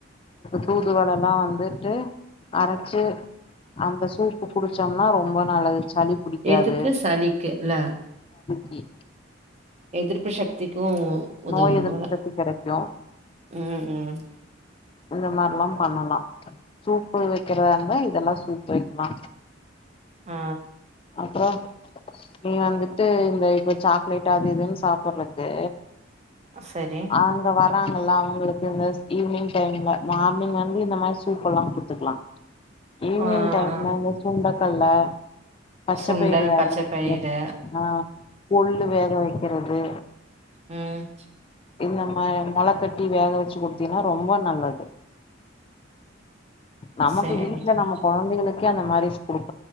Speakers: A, on the left (about 30°); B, on the right (about 35°).
A: தூதுவளல்லா வந்துட்டு அரைச்சி அந்த சூப்பு குடிச்சோம்னா ரொம்ப நல்லது சளி புடிக்காது
B: எதுக்கு சளிக்கு இல்ல
A: கி
B: எதிர்பு சக்திக் க்கு உதவும்
A: நோய் எதிர்ப்பு
B: போல
A: சக்தி கெடைக்கு
B: ம் ம்
A: இந்த மாரில்லா பண்ணலா சூப்பு வைக்கிறதா இருந்தா இதெல்லா சூப்பு வைக்கலா
B: ஆ
A: அப்புறோ நீ வந்துட்டு இந்த இப்போ சாக்லேட் அது இதுன்னு சாப்பறது
B: சரி
A: அங்க வராங் ல்லா அவுங்களுக்கு இந்த ஈவினிங் டைம்ல மார்னிங் வந்து இந்த மாரி சூப்ல்லா குடுத்துக்கலா ஈவ்னிங்
B: ஆ
A: டைம்ல
B: ஆ
A: இந்த சுண்டல் க்கல்லா பச்சப்பயிர்
B: சுண்டல்,
A: வேக
B: பச்ச
A: வைக்க
B: பயிறு
A: ஆ கொள்ளு வேக வைக் இருக்கிறது
B: ம்
A: இந்த மா மோள கட்டி வேக வச்சு குடுத்தீன்னா ரொம்ப நல்லது நமக்கு
B: சேரிக்கா
A: வீட்டுல நம்ம குழந்தைகளுக் க அந்த மாரிஸ் கொடு